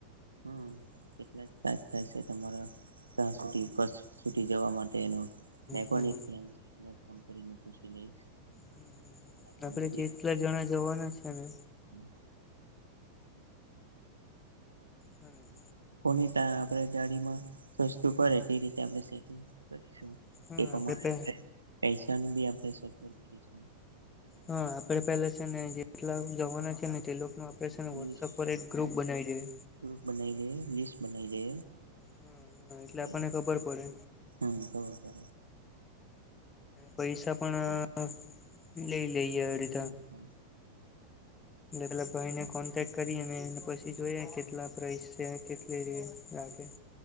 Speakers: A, on the right; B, on the left.
A: હમ. કેટલા ચાર્જ થાય છે તમારા ત્યાં
B: હમ
A: સુ સુી જવા માટે એનો. મેં પણ
B: હમ
A: એક ફન્ ફોન કરીને પૂછી લઈશ.
B: હમ
A: આપણને
B: આપડે જેટલા જણા જવાના છે ને.
A: હમ.
B: હ.
A: કોની ત આપણે ગાડીમાં સસ્તું પે તે રીતે આપણેશું.
B: હા
A: એ પ્રમાણે
B: આપડે
A: આપણે પૈસાની બી આપણે સગવડ કરીશું.
B: હા આપડે પેલા છે ને જેટલા જવાના છે ને તેનું ને વોટસઅપ
A: લિસ્ટ
B: પર એક ગ્રુપ બનાવી દેએ.
A: ગ્રુપ બનાઈ દે લિસ્ટ બનાઈ દે.
B: હમ હા એટલે
A: બરાબર
B: આપણને ખબર પડે.
A: હમ ખબ પે.
B: પૈસા પણ લઈ લઈએ રી.
A: હમ હમ.
B: એટલા ભાઈ ને કોન્ટેક્ટ કરી અને એને પછી જોયા કેટલા પ્રઇસ. સ કેટલી રહીએ લ કે.